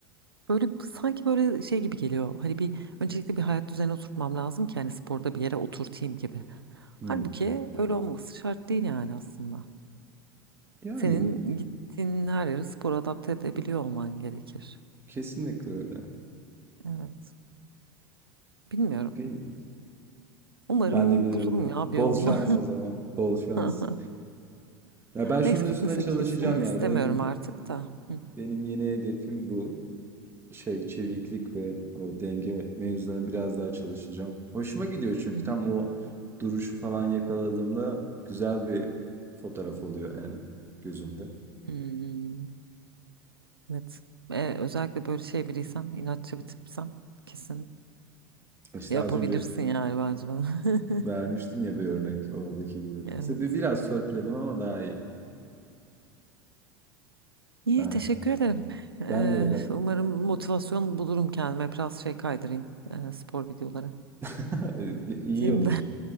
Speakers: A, on the right; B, on the right.
A: böyle sanki böyle şey gibi geliyor. Hani bir öncelikle bir hayat düzeni oturtmam lazım ki hani sporda bir yere oturtayım gibi.
B: Hmm.
A: Halbuki öyle olması şart değil yani aslında.
B: Yani
A: Senin gittiğin her yere spor adapte edebiliyor olman gerekir.
B: kesinlikle öyle.
A: Evet. Bilmiyorum.
B: Bil-
A: Umarım
B: Ben de bilirdim.
A: bulurum ya
B: Bol
A: bir yolunu.
B: şans o zaman. Bol şans.
A: <laughs>
B: Ya ben şunun
A: Neyse
B: üstüne
A: fitness'a
B: çalışacağım
A: kesin istemiyorum
B: yani. Benim
A: artık da. Hı.
B: Benim yeni hedefim bu şey çeviklik ve o denge mevzularına biraz daha çalışacağım. Hoşuma gidiyor çünkü
A: Hı hı.
B: tam o duruşu falan yakaladığımda güzel bir fotoğraf oluyor yani gözümde.
A: Hmm, evet. Ee, özellikle böyle şey biriysen, inatçı bir tipsen kesin
B: İşte
A: Yapabilirsin
B: az önce
A: yani bence bunu. <laughs>
B: vermiştim ya bir örnek oradaki gibi.
A: Evet.
B: İşte bir, biraz törpüledim ama daha iyi.
A: İyi
B: Ay
A: teşekkür ederim. Ee,
B: ben de öyle.
A: umarım motivasyon bulurum kendime. Biraz şey kaydırayım e, spor videoları.
B: <laughs> İyi
A: Gideyim
B: olur.
A: de.